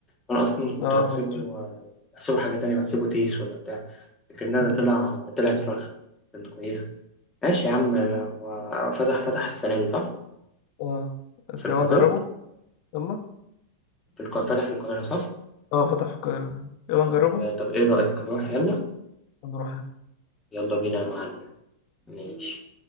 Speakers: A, on the left; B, on the left.
A: وأنا أصلا كنت
B: آه
A: بحسبه آه، بحسبه حاجة تانية بحسبه تيس ولا بتاع لكنها
B: مم.
A: ده طلع ده طلعت فرخة كانت كويسة. ماشي يا عم هو فتح فتح السنة دي صح؟
B: آه
A: في القاهرة؟
B: يلا نجربه يلا
A: في القاهرة فتح في القاهرة صح؟
B: آه فتح في القاهرة يلا
A: طب
B: نجربه
A: طب إيه رأيك نروح يلا؟
B: ونروح
A: يلا بينا يا معلم ماشي